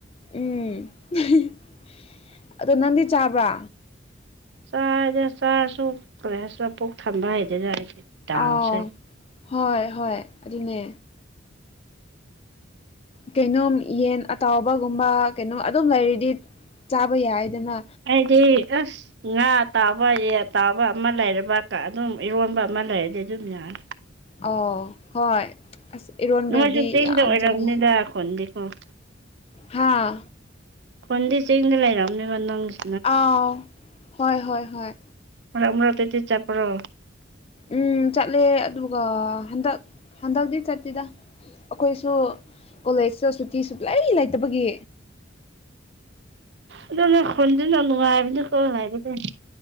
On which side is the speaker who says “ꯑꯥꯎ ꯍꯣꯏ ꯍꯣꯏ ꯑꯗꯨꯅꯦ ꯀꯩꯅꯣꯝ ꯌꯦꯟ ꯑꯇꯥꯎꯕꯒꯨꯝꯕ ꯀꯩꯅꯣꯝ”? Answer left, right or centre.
Left